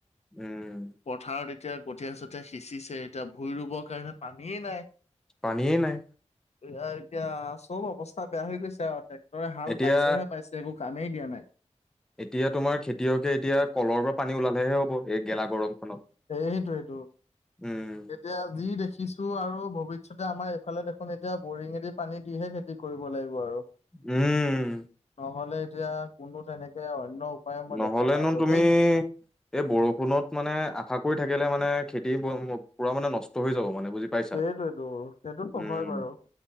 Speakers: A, in the centre; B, on the left.
A: উম
B: পথাৰত এতিয়া গঠীয়া চঠীয়া সিঁচিছে। এতিয়া ভূই ৰুবৰ কাৰণে পানীয়েই নাই।
A: পানী নাই
B: এ এতিয়া চব অৱস্থা বেয়া হৈ গৈছে আৰু ট্ৰেক্টৰে হাল
A: এতিয়া
B: বাইছেহে পাইছে একো কামেই দিয়া নাই।
A: এতিয়া তোমাৰ খেতিয়কে এতিয়া কলৰ পৰা পানী ওলালেহে হ'ব। এই গেলা গৰম
B: এইটোইটো
A: উম
B: এতিয়া যি দেখিছো আৰু ভৱিষ এতিয়া আমাৰ এইফালে দেখোন এতিয়া বৰিঙেদি পানী দিহে খেতি কৰিব লাগিব আৰু।
A: উম।
B: নহ'লে এতিয়া কোনো তেনেকে অন্য উপায় মই
A: নহ'লেনো
B: দেখা নাই আৰু
A: তুমি
B: দেই।
A: এই বৰষুণত মানে আশা কৰি থাকিলে মানে খেতি পূৰা মানে নষ্ট হৈ যাব। মানে বুজি পাইছা
B: সেইটোৱেইটো সেইটো
A: উম
B: হয় বাৰু,